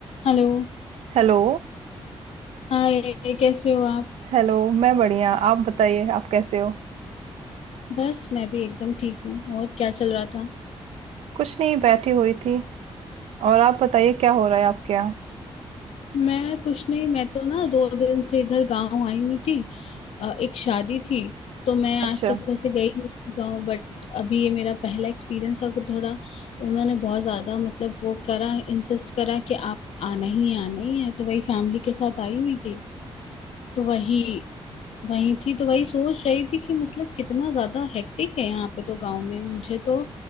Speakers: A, on the left; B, on the right.
A: Hello
B: हेलो
A: Hi कैसे हो आप
B: हेलो मैं बढ़िया आप बताइए आप कैसे हो
A: बस मैं भी एकदम ठीक हूँ और क्या चल रहा था
B: कुछ नहीं बैठी हुई थी और आप बताइए क्या हो रहा है आपके यहाँ
A: मैं कुछ नहीं मैं तो ना दो दिन से इधर गांव आई हुई थी अ, एक शादी थी तो मैं आज
B: अच्छा
A: तक वैसे गई नहीं थी गांव बट अभी ये मेरा पहला एक्सपीरियंस था तो थोड़ा उन्होंने बहुत ज्यादा मतलब वो करा इंसिस्ट करा कि आप आना ही आना ही है तो वही फैमिली के साथ आई हुई थी तो वही वही थी तो वही सोच रही थी कि मतलब कितना ज्यादा हेक्टिक है यहाँ पे तो गांव में मुझे तो